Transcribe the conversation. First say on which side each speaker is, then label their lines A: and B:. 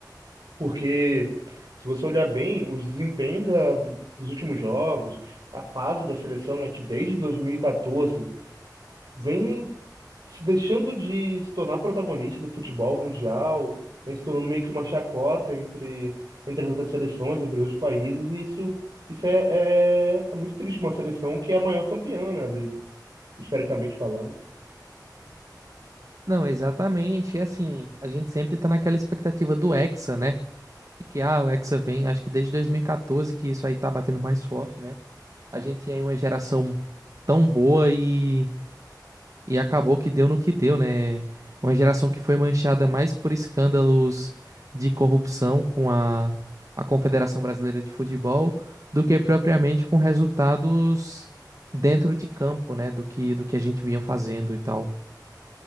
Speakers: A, on the right; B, on the right.
A: Porque se você olhar bem os desempenhos da- do- dos últimos jogos, a fase da seleção, né, que desde 2014 vem se deixando de se tornar protagonista do futebol mundial, vem se tornando meio que uma chacota entre, entre as outras seleções, entre os países, e isso, isso é, é, é muito triste, uma seleção que é a maior campeã, né, do- historicamente falando.
B: Não, exatamente. E assim, a gente sempre tá naquela expectativa do Hexa, né? E que, ah, o Hexa vem, acho que desde 2014 que isso aí tá batendo mais forte, né? A gente tinha aí uma geração tão boa e, e acabou que deu no que deu, né? É Uma geração que foi manchada mais por escândalos de corrupção com a, a Confederação Brasileira de Futebol do que propriamente com resultados dentro de campo, né? Do que, do que a gente vinha fazendo e tal.